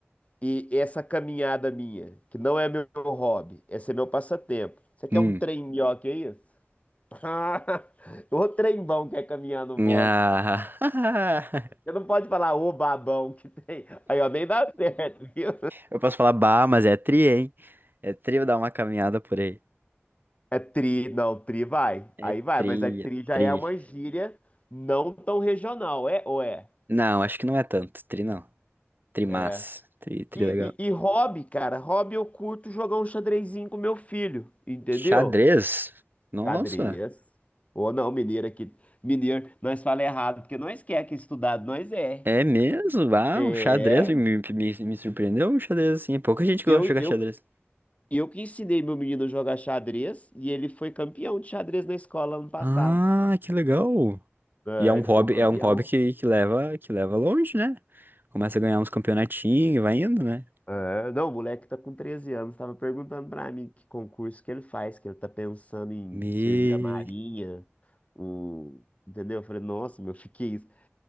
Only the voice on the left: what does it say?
e essa caminhada minha, que não é meu hobby, esse é meu passatempo. Você quer
um trem melhor que isso? <laughs> O trem bom que é caminhar no bosque.
Você não pode falar o babão que tem. Aí, ó, nem dá certo, <laughs> viu?
É tri, não, tri vai.
Aí vai,
mas a tri
já
é uma gíria não tão regional, é ou é?
É.
E,
e, e hobby, cara, hobby eu curto jogar um xadrezinho com meu filho, entendeu?
Xadrez. Ou não, mineiro aqui. Mineiro, nós fala errado, porque nós quer que estudado, nós é.
É.
Eu,
eu,
eu que ensinei meu menino a jogar xadrez e ele foi campeão de xadrez na escola ano passado.
É,
ele
foi o campeão.
É, não, o moleque tá com 13 anos, tava perguntando pra mim que concurso que ele faz, que ele tá pensando em
servir a Marinha, o... entendeu? Eu falei, nossa, meu, <laughs> fiquei isso.